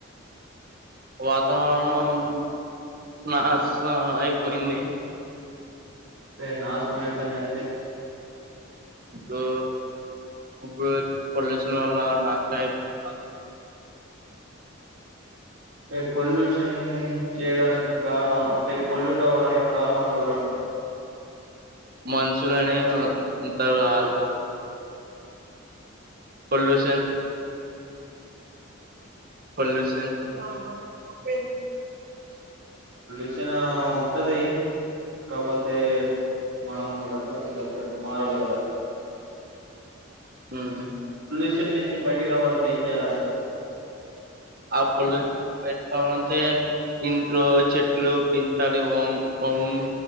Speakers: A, on the right; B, on the right.
A: వాతావరణం నాశనా ఆయిపోయింది
B: అంటే నాశనం అయిపోయింది అంటే
A: ఇప్పుడు ఇప్పుడు పొల్యూషన్ వల్ల నాశనం అయిపోతుంది కా
B: అంటే పొల్యూషన్ చేయడానికి కారణం అంటే పొల్యూట్ అవ్వడానికి కారణం ఎవరు అనుకో
A: మన సులని ఉంటారు వాళ్ళు పొల్యూషన్ పొల్యూషన్ ప
B: వచ్చిన ఉంటది కాపోతే మనం కూడా దానికి దగ్గట్టు మారాలి గదా.
A: ఉమ్
B: పషన్ నుంచి బయటికి రావాలంటే ఏం చేయాలంటావ్.
A: ఆప్పులు పెట్టుకోవాలంటే ఇంట్లో చెట్లు పెంచాలి ఓం ఓం